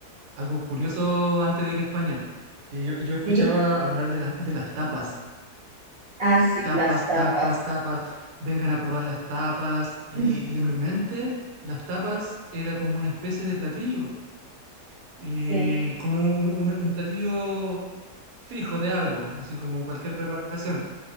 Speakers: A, on the right; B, on the right.
A: algo curioso antes de ir a España, que yo, yo escuchaba
B: Sí.
A: hablar de, las de las tapas,
B: Ah, sí,
A: tapas,
B: las tapas.
A: tapas, tapas, vengan a probar las tapas, y,
B: <laughs>
A: y en mi mente las tapas era como una especie de platillo, y
B: Sí.
A: como un, un un platillo fijo de algo, así como cualquier preparación.